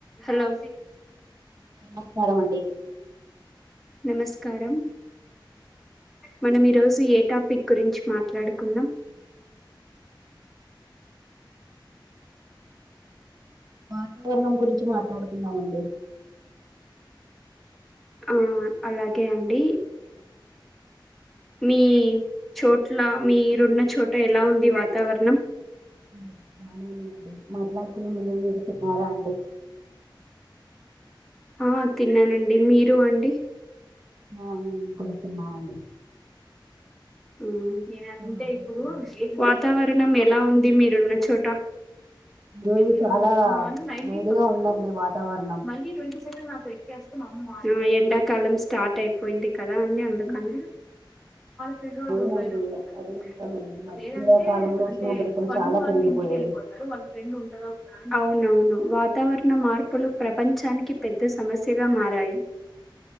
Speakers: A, in the centre; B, on the right.
A: Hello
B: నమస్కారం అండి
A: నమస్కారం మనం ఈరోజు ఏ టాపిక్ గురించి మాట్లాడుకున్నాం
B: వాతావరణం గురించి మాట్లాడుకుందామండి
A: ఆ అలాగే అండి మీ చోట్ల మీరున్న చోట ఎలా ఉంది వాతావరణం
B: ఆ బానే ఉందండి మాట్లాడుకునే ముందు మీరు తిన్నారా అండి
A: ఆ తిన్నానండి మీరు అండి
B: ఆ మేము కూడా తిన్నాం అండి
A: ఉమ్ నేను అంతే
B: మొదలెడదామండి
A: ఇప్పుడు వాతావరణం పట్టణం ఎలా ఉంది మీరున్న చోట
B: ఈరోజు
A: న
B: చాలా
A: మా అన్న నైన్టీన్
B: వేడిగా
A: అసడు
B: ఉందండి వాతావరణం
A: మళ్ళీ ట్వంటీ సెకండ్ నాకు ఎగ్ ఎండాకాలం స్టార్ట్ అయిపోయింది కదా అ అందుకని ఫ్రెండ్ వాళ్ళు
B: అవునండి
A: ఉండయినా ఉంటారు
B: అది నిజమే ఈ మధ్య
A: లేదంటే
B: కాలంలో
A: అంటే
B: ఉష్ణోగ్రతలు
A: పండు
B: చాలా
A: వాళ్ళు
B: పెరిగిపోయాయి
A: ఇంటికి వెళ్ళిపోతారు వాళ్ళ ఫ్రెండ్ ఉంటదా అవునవును వాతావరణ మార్పులు ప్రపంచానికి పెద్ద సమస్యగా మారాయి